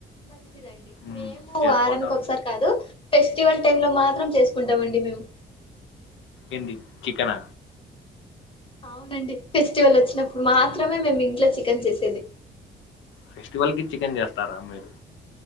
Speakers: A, on the left; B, on the left.
A: మ మంచిదండి
B: మ్మ్
A: మేము
B: చేసుకుంటాం
A: ఆారానికి ఒకసారి కాదు ఫెస్టివల్ టైమ్ లో మాత్రం చేసుకుంటామండి మేము
B: ఏంది చికెనా
A: అవునండి ఫెస్టివల్ వచ్చినప్పుడు మాత్రమే మేము ఇంట్లో చికెన్ చేసేది
B: ఫెస్టివల్ కి చికెన్ చేస్తారా మీరు